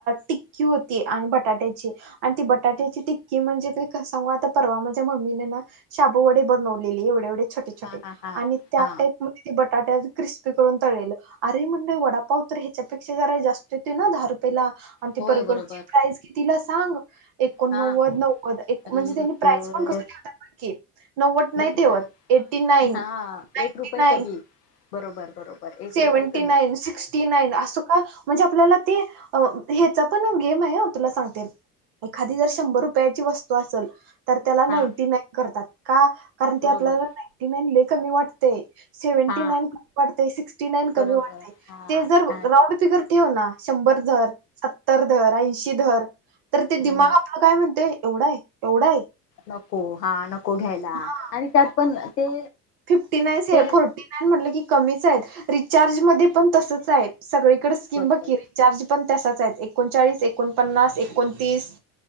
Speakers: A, on the right; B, on the left.
A: टिक्की होती आणि बटाट्याची आणि ती बटाट्याची टिक की म्हणजे त सांगू आता परवा माझ्या मम्मी न ना शाबू वडे बनवलेली एवेवढे छ छोटे-छोटे
B: हा हा हा
A: आणि त्या
B: हा
A: टाईप म ते बटाट्या क्रिस्पी करून तळलेलं अरे म्हण वडापावत ह्याच्यापेक्षा जरा जास्त होती ना दहा रुपयाला आणि ती
B: होय
A: बर्गरची
B: बरोबर
A: प्राइज कितीला सांग एकोणनव्वद
B: हा
A: नव्वद
B: आई
A: म्हणजे त्यांनी प्राइज
B: ग
A: पण कस ठेवतात बघ की नव्वद नाही
B: बघ ना
A: तेवत एट्टी नाईन
B: हा
A: नाईंटी
B: एक रुपये
A: नाईन
B: कमी बरोबर बरोबर एक
A: सेव्हं्टी
B: रुपये कमी
A: नाईन सिक्स्टी नाईन असं का म्हणजे आपल्याला ते हेचा पण गेम आहे तुला सांगते एखादी जर शंभर रुप शंभर रुपयाची वस्तू असल तर त्याला नाईंटी
B: हा
A: नाईन करतात का कारण
B: बरोबर
A: ते आपल्याला कारण ते आपल्याला <unintelligible> <unintelligible> लय कमी वाटतंय सेवनाटी
B: हा
A: नाईन कमी वाटतंय सिक्सटी नाईन फिफ्टी नाईन कमी
B: बरोबर
A: वाटतंय
B: हा
A: ते जर
B: छान
A: राऊंड फिगर ठेव ना शंभर धर सत्तर धर आइशी धर तर ते दिमाग
B: हम्म
A: आपलं मला काय म्हणतेय एवढा आहे एवढा आहे
B: नको हा नको घ्यायला
A: हा
B: आणि त्यात पण ते
A: फिफ्टी नाईन
B: ते
A: फोर्टी नाईन म्हटलं की कमीच आहेत रिचार्ज मध्ये पण तसच आहे सगळीकडे स्कीम
B: बरोबर
A: बकी रे चार्ज पण तसाच आहे एकोणचाळीस एकोणपन्नास एकोणतीस